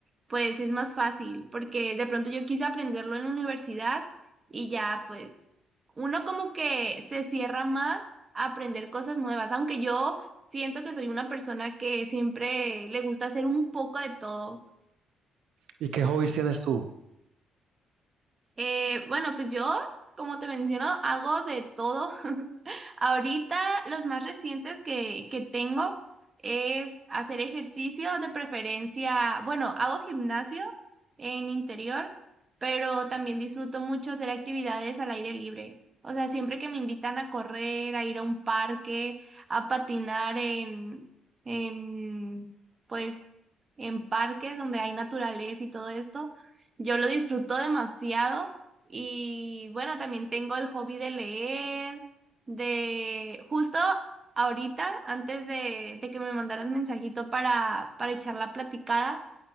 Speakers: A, on the right (about 30°); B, on the right (about 80°).
A: pues es más fácil porque de pronto yo quise aprenderlo en la universidad y ya pues uno como que se cierra más a aprender cosas nuevas, aunque yo siento que soy una persona que siempre le gusta hacer un poco de todo.
B: ¿Y qué hobbies tienes tú?
A: Eh, bueno, pues yo, como te menciono, hago de todo. Ahorita los más recientes que, que tengo es hacer ejercicio de preferencia, bueno, hago gimnasio en interior, pero también disfruto mucho hacer actividades al aire libre. O sea, siempre que me invitan a correr, a ir a un parque, a patinar en, en, pues, en parques donde hay naturaleza y todo esto, yo lo disfruto demasiado. Y bueno, también tengo el hobby de leer de justo ahorita, antes de, de que me mandaras mensajito para, para echar la platicada,